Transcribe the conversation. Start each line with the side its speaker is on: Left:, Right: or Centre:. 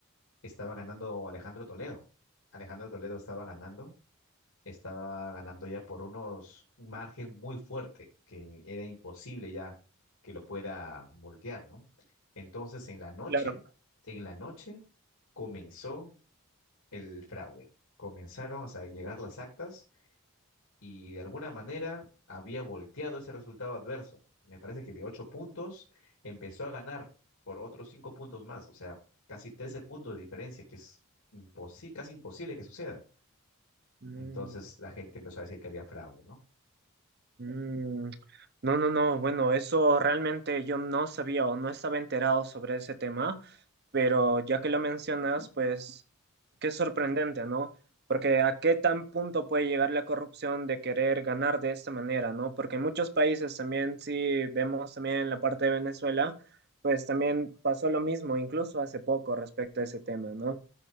Left: estaba ganando Alejandro Toledo. Alejandro Toledo estaba ganando estaba ganando ya por unos un margen muy fuerte que era imposible ya que lo pueda voltear, ¿no? Entonces en la noche,
Right: Claro.
Left: en la noche comenzó el fraude. Comenzaron a sa- llegar las actas y de alguna manera había volteado ese resultado adverso. Me parece que de ocho puntos empezó a ganar por otros cinco puntos más, o sea, casi 13 puntos de diferencia, que es imposi- casi imposible que suceda.
Right: Mm.
Left: Entonces la gente empezó a decir que había fraude, ¿no?
Right: Mm, no, no, no. Bueno, eso realmente yo no sabía o no estaba enterado sobre ese tema, pero ya que lo mencionas, pues qué sorprendente, ¿no? Porque a qué tan punto puede llegar la corrupción de querer ganar de esta manera, ¿no? Porque en muchos países también, si vemos también en la parte de Venezuela, pues también pasó lo mismo, incluso hace poco respecto a ese tema, ¿no?